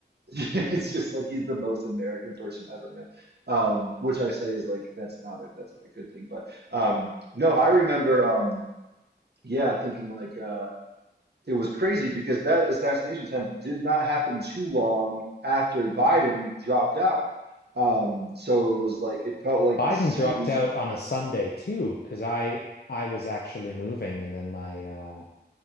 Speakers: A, on the right (about 65°); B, on the left (about 65°).
A: <laughs> It's just like he's the most American person ever, man. Um, which I say is like that's not a that's not a good thing. But um, no, I remember um, yeah, thinking like uh, it was crazy because that assassination attempt did not happen too long after Biden dropped out. Um, so it was like it felt like
B: Biden
A: the seas
B: dropped out on a Sunday too, because I I was actually moving, and then my uh